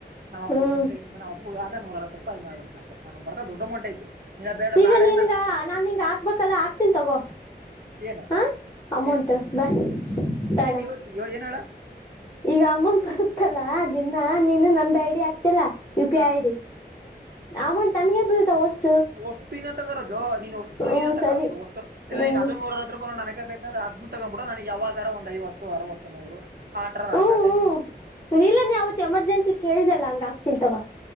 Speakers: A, on the right (about 60°); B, on the left (about 25°).
A: ನಮ್ಮ ಅಪ್ಪ
B: ಹ್ಮ್
A: ನಾಬ್ಬಗದೇೂ ಅರವ ರೂಪಿ ಅ ಮಾಡ್ಿಡ್ನ ಅ ನ ಬದ ದಡ್ಡಮೌಂಟ್ ಐತಿ ಇಲ್ಲ ಬೇಡ
B: ಈಗ
A: ಬ್ಯಾಡ್ರಿ
B: ನಿನ್ಗ
A: ನಂಗ್
B: ನಾನ್ ನಿಂಗ ಹಾಕ್ಬೇಕಲ್ಲ ಹಾಕ್ತೀನ್ಿ ತಗೋ
A: ಏನ
B: ಹಾ ಅಮಂಟ
A: ಏನ
B: ಬ ಬೇಡ
A: ಏನ್ ಇವತ್ ಇವ ಏನ್ ಹೇಳ
B: ಈಗ ಅಮೌಂಟ್ ಬರುತ್ತಲ್ಲಾ ದಿನ ನೀನು ನಂದ ಐಡಿಯ ಯು ಪಿ
A: ಹಾ
B: ಐ ಐಡಿ ಅಮೌಂಟ್ ನನ್ಗೆ ಬೀಳ್ತಾವ ಅಷ್ಟ
A: ವಷ್ಟಿಿನ ತಗೋೋ ನೀನು ಅಷ್ಟು
B: ಹ್ಮ್
A: ನೀನು ತಗೋಷ್ಟು
B: ಸರಿ
A: ಇಲ್ಲ
B: ಹ್ಮ್
A: ಅದೋೂರವ ರೂಾಯ ನನಗೆ ಬೇಕಂದ್ರ ಅದ ತಗೊಂಡ್ ಬಿುೋ ನನಗೆ ಯಾವಾಗ ಒ್ ಐವತ್ತು ಅರವತ್ತು ನೂರು ಆಡ್ರ
B: ಹ್ಮ್
A: ಹಕತ <inaudible>
B: ಹ್ಮ್ ಇಲ್ಲ ನೀ ಅವತ್ ಎಮರ್ಜೆನ್ಸಿ ಕೇಳಿದಲ್ಲ ಹಂಗ ಹಾಕ್ತಿನ್ ತಗೋ